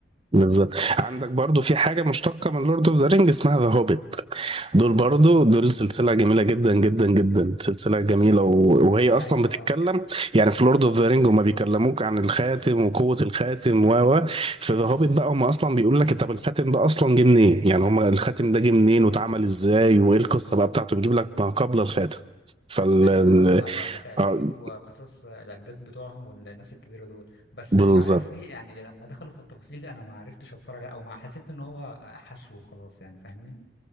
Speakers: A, on the right; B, on the left.
A: بالظبط عندك برضو في حاجة مشتقة من لورد اوف ذا رينج اسمها ذا هوبيت دول برضو دول سلسلة جميلة جدا جدا جدا سلسلة جميلة و... وهي أصلا
B: ايوه
A: بتتكلم
B: اه
A: يعني في لورد اوف ذا رينج هما بيكلموك عن الخاتم وقوة الخاتم و و في ذا هوبيت بقى هما أصلا بيقول لك طب الخاتم ده أصلا جه منين يعني هما الخاتم ده جه منين واتعمل ازاي وإيه القصة بقى بتاعته بيجيب لك ما قبل الخاتم فال
B: ايوه
A: ال-
B: اه ايوه بتا- بيجيبوا
A: اه
B: قصص الاجداد بتوعهم والناس الكبيره دول بس
A: بالظبط
B: مش عارف ليه يعني لما دخلوا في التفاصيل دي انا ما عرفتش اتفرج عليه او ما حسيت ان هو حشو وخلاص يعني فاهمني